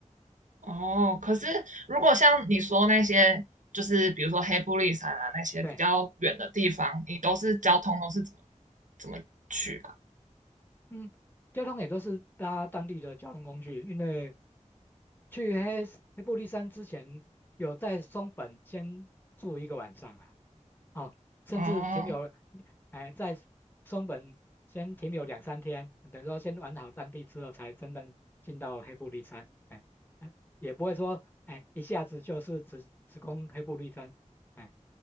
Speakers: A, on the right; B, on the left.
A: 哦，可是如果像你说那些，就是比如说黑布利山啊那些比较远的地方，
B: 对，
A: 你都是交通都是怎么怎么去啊？
B: 嗯，交通也都是搭当地的交通工具，因为去黑黑布利山之前有在松本先住一个晚上啊，哦，甚至停留，
A: 哦，
B: 哎，在松本先停留两三天，等于说先玩好当地之后，才真正进到黑部立山，哎，哎也不会说，哎，一下子就是直直攻黑部立山，哎，